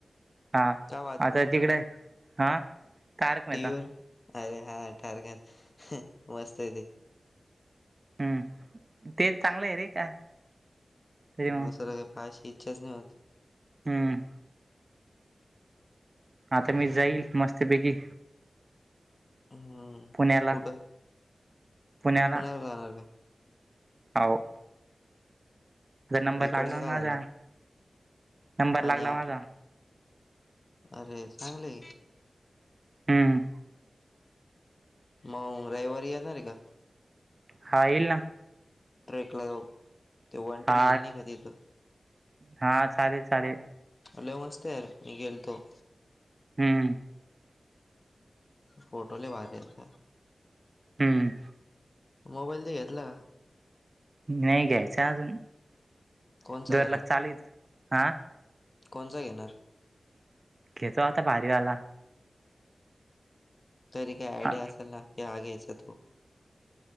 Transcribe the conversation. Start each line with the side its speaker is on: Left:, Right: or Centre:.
Right: हा
Left: काय वाहतोय
Right: आता तिकडे हा तारक मेहता
Left: टीर अरे हा ठारखण मस्त आहे ते
Right: हम्म ते चांगलं आहे रे का तरी
Left: दुसरं
Right: मग
Left: काही पाहायची इच्छाच नाही होत
Right: हम्म आता मी जाईल मस्तपैकी
Left: हम्म
Right: पुण्याला
Left: कुठं
Right: पुण्याला
Left: म पुण्या जाणार का
Right: हो नंबर
Left: इकडचं
Right: लागला
Left: काय
Right: ना माझा
Left: झालं
Right: नंबर लागला
Left: आणि आपलं
Right: माझा
Left: अरे सांगले
Right: हम्म
Left: मग रविवारी येणार रे का
Right: हा येईल ना
Left: ट्रेकला जाऊ ते वनटरी
Right: हा
Left: येईल नाही का तिथं
Right: हा चालेल चालेल
Left: हॅल मस्त यार मी गेलतो
Right: हम्म
Left: फोटोले भार येत
Right: हम्म
Left: मोबाईल तर घेतला का
Right: नाही घ्यायचं अजून
Left: कोणचा
Right: दरलाख चालीस हा
Left: कोणसा घेणार
Right: घेतो आता भारीवाला
Left: तरी काही आयडिया
Right: हा
Left: असेल ना की हा घ्यायचा तू